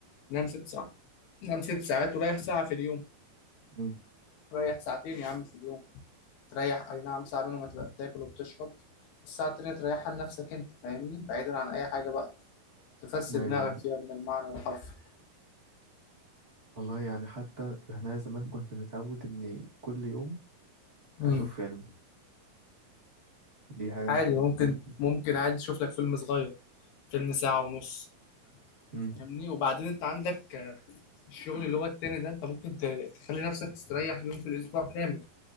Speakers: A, on the left; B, on the right.
A: نام ست ساعات نام ست ساعات وريح ساعه في اليوم
B: مم.
A: ريح ساعتين يا عم في اليوم تريح اي نعم ساعه منهم هتبقى بتاكل وبتشرب الساعه التانيه تريحها لنفسك انت فاهمني بعيدا عن اي حاجه بقى تفسد
B: ايوه
A: دماغك فيها من المعنى الحرفي
B: والله يعني حتى انا زمان كنت متعود اني كل يوم
A: مم.
B: اشوف فيلم دي حاجه انا
A: عادي
B: كنت
A: ممكن
B: فاهم
A: ممكن عادي تشوف لك فيلم صغير فيلم ساعه ونص
B: امم
A: فاهمني وبعدين انت عندك آه، الشغل اللي هو التاني ده انت ممكن ت- تخلي نفسك تستريح يوم في الاسبوع كامل